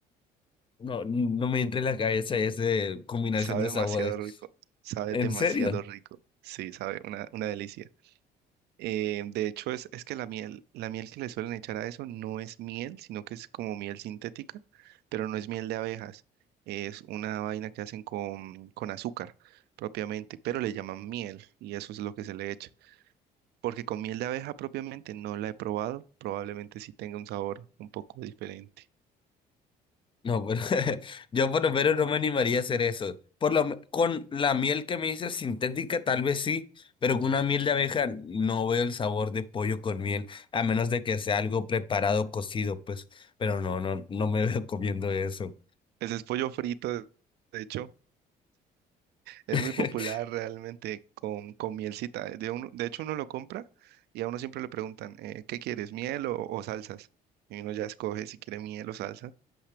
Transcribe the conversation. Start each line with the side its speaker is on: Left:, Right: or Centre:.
Left: No, no me entra en la cabeza esa combinación
Right: Sabe
Left: de
Right: demasiado
Left: sabores.
Right: rico, sabe
Left: ¿En
Right: demasiado
Left: serio?
Right: rico. Sí, sabe, una, una delicia. Eh, de hecho, es, es que la miel, la miel que le suelen echar a eso no es miel, sino que es como miel sintética, pero no es miel de abejas. Es una vaina que hacen con, con azúcar propiamente, pero le llaman miel y eso es lo que se le echa. Porque con miel de abeja propiamente no la he probado, probablemente sí tenga un sabor un poco diferente.
Left: No, pero <laughs> yo por lo menos no me animaría a hacer eso. Por lo, me- con la miel que me dices sintética, tal vez sí, pero con una miel de abeja no veo el sabor de pollo con miel, a menos de que sea algo preparado, cocido, pues. Pero no, no, no me <laughs> veo comiendo eso.
Right: Ese es pollo frito, de de hecho. Es
Left: <laughs>
Right: muy popular realmente con, con mielcita. De, uno- de hecho, uno lo compra y a uno siempre le preguntan, eh, ¿qué quieres, miel o, o salsas? Y uno ya escoge si quiere miel o salsa.